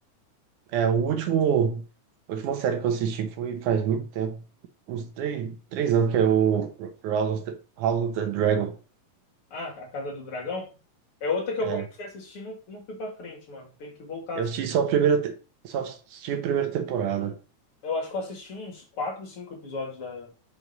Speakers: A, on the right (about 80°); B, on the left (about 50°).
A: É, o último, a última série que eu assisti foi faz muito tempo. Uns três, três anos, que é o House of the, House of the Dragon.
B: Ah, A Casa do Dragão é outra que
A: É,
B: eu comecei a assistir e não, não fui pra frente, mano. Tem que voltar.
A: eu assisti só a primeira, te- só assisti a primeira temporada.
B: Eu acho que eu assisti uns quatro, cinco episódios da,